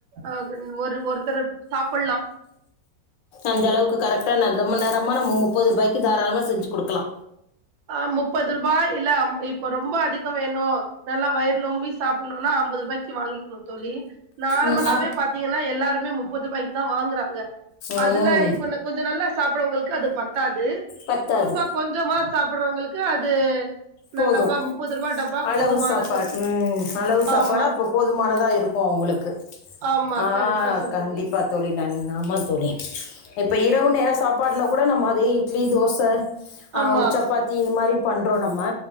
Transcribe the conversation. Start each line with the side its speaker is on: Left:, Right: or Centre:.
Right: அ ஒரு ஒருத்தர் சாப்பிடலா
Left: அந்த அளவுக்கு கரெக்டா ந ரொம்ப நேரமா நம்ம முப்பது ரூபாய்க்கு தாராளமா செஞ்சு குடுக்கலா
Right: அ முப்பது ரூபாய் இல்ல அம் இப் இப்ப ரொம்ப அதிக வேணும் நல்லா வயிறு நொம்பி சாப்பிடணும்னா ஐம்பது ரூபாய்க்கு வாங்கிக்கணு தோழி நார்மலாவே
Left: ம் ஆ
Right: பாத்தீங்கன்னா எல்லாருமே முப்பது ரூபாய்க்கு தா வாங்குறாங்க
Left: ம்
Right: அதுல இப்ப கொஞ்ச நல்லா சாப்பரவங்களுக்கு அது பத்தாது
Left: பத்தாது
Right: சும்மா கொஞ்சமா சாப்பறவங்களுக்கு அது இந்த
Left: போது
Right: டப்பா முப்பது ரூபா டப்பா
Left: அளவு
Right: போதுமானது
Left: சாப்பாடு ம் அளவு சாப்பாட
Right: ஆமா
Left: போதுமானதா இருக்கு உங்களுக்கு
Right: ஆமா
Left: அ
Right: கரெக்டா சொன்னீங்க
Left: கண்டிப்பா தோழி நான் ஆமா தோழி இப்போ இரவு நேர சாப்பாடுல கூட நம்ம அதே இட்லி தோச அ
Right: ஆமா
Left: ஒரு சப்பாத்தி இந்த மாதிரி பண்றோ நம்ம